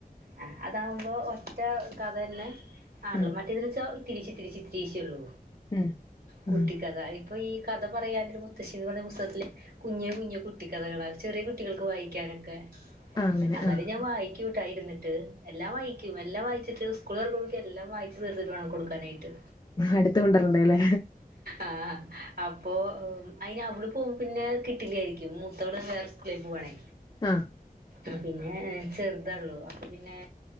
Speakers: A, on the right (about 80°); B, on the left (about 30°).
A: ആഹ് അതകുമ്പോ ഒറ്റ കഥ തന്നെ ആണല്ലോ
B: ഉം
A: മറ്റ മറ്റേതിലിചൊ ഇതിരിച്ച് ഇതിരിച്ചി ഇത്തിരീച്ചിഒള്ളൂ
B: ഉം
A: കൂട്ടിക്കഥ
B: ഉം
A: ഇപ്പൊ ഈ കഥ പറയാനൊരു മുത്ത്ശിന്ന് പറഞ്ഞ പുസ്തകത്തില് കുഞ്ഞേ കുഞ്ഞേ കുട്ടി കഥകളാ ചെറിയ കുട്ടികൾക്ക് വായിക്കാനൊക്കെ
B: ആഹ് അങ്ങനെ
A: അന്നാലും
B: ആഹ്
A: ഞാൻ വായിക്കൂട്ടായിരുന്നിട്ട് എല്ലാം വായിക്കും എല്ലാം വായിച്ചിട്ട് സ്കൂൾ തുറക്കുമ്പോക് എല്ലാം വായിച്ച് തീർത്തിട്ട് വേണം കൊടുക്കാനായിട്ട്
B: അടുത്ത് കൊണ്ടരണ്ടല്ലേ
A: ആഹ് അപ്പൊ അയിന് അവള് പോക്മ്പോ പിന്നെ കിട്ടില്യായിരിക്കും മുത്തവള് വേറെ സ്കൂളിൽ പോവവാണേ.
B: ആഹ്
A: ആഹ് പിന്നെ ചെറ്തൊള്ളൂ അപ്പൊ പിന്നെ